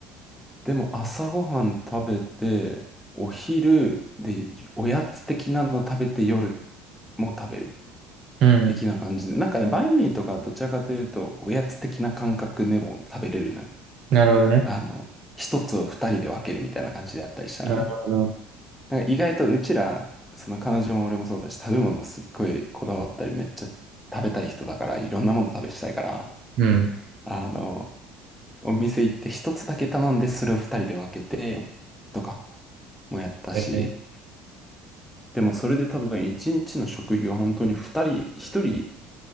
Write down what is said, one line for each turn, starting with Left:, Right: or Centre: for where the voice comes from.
Centre: でも朝ごはん食べて、お昼でおやつ的なの食べて夜も食べる
Right: うん。
Centre: 的な感じで。なんかね、バインミーとかどちらかというと、おやつ的な感覚でも食べれるのよ。
Right: なるほどね。
Centre: あの、一つを二人で分けるみたいな感じであったりしたらね。
Right: なるほど。
Centre: なんか意外とうちら、その彼女も俺もそうだし、食べ物すっごいこだわったり、めっちゃ食べたい人だから、いろんなもの食べしたいから、
Right: うん。
Centre: あの、お店行って一つだけ頼んで、それを二人で分けて、とかもやったし、
Right: ええ
Centre: でもそれで多分一日の食費が本当に二人、一人